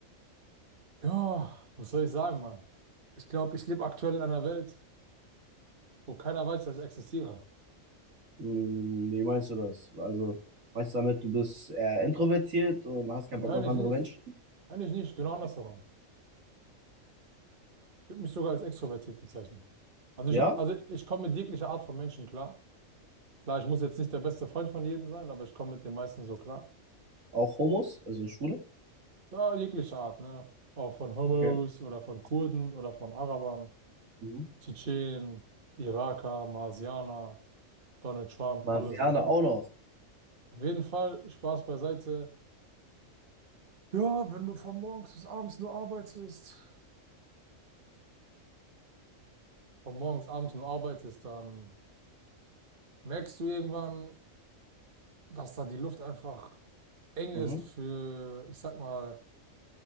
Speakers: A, on the right; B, on the right.
A: ja, was soll ich sagen, Mann? Ich glaube, ich lebe aktuell in einer Welt, wo keiner weiß, dass ich existiere.
B: Hm, wie meinst du das? Also, meinst du damit, du bist eher introvertiert und hast keinen
A: Nein,
B: Bock auf
A: ich
B: andere
A: nicht.
B: Menschen?
A: Eigentlich nicht, genau
B: Okay.
A: andersherum. Ich würde mich sogar als extrovertiert bezeichnen. Also
B: Ja?
A: ich, also ich komme mit jeglicher Art von Menschen klar. Klar, ich muss jetzt nicht der beste Freund von jedem sein, aber ich komme mit den meisten so klar.
B: Auch Homos, also Schwule?
A: Ja, jeglicher Art, ne? Auch von Homos
B: Okay.
A: oder von Kurden oder von Arabern,
B: Mhm.
A: Tschetschenen, Iraker, Marsianer. Donald Trump,
B: Marsianer
A: alle so, ne?
B: auch noch.
A: Auf jeden Fall, Spaß beiseite. Ja, wenn du von morgens bis abends nur arbeitest, von morgens abends nur arbeitest, dann merkst du irgendwann, dass da die Luft einfach eng
B: Mhm.
A: ist für, ich sag mal,